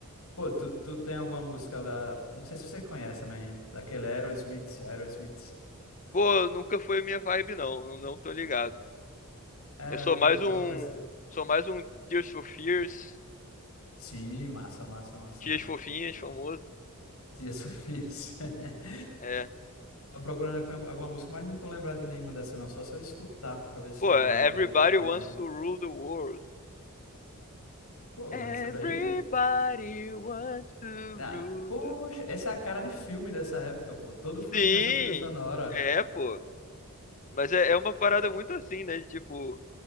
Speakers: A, on the left; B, on the left.
A: pô, tu, tu tem alguma música lá, não sei se você conhece também, daquele Aerosmith, Aerosmith.
B: pô, nunca foi minha vibe, não. Não, não tô ligado.
A: É,
B: Eu sou
A: porque
B: mais
A: eu tava
B: um.
A: pensando.
B: Sou mais um Tears for Fears.
A: Sim, massa, massa, massa,
B: Tias
A: né?
B: fofinhas, famoso.
A: Tia Sofia. <laughs>
B: É.
A: Tava procurando aqui alguma música, mas não tô lembrado de nenhuma dessa, não. Só se eu escutar pra ver se
B: Pô,
A: eu lembro
B: Everybody
A: como
B: Wants
A: é.
B: to Rule the World.
A: Pô,
B: Everybody
A: mas essa daí.
B: wants to
A: Ah,
B: rule
A: poxa,
B: the...
A: essa é a cara de filme dessa época, pô. Todo filme
B: Sim!
A: tinha essa trilha sonora.
B: É, pô. Mas é, é uma parada muito assim, né? De, tipo,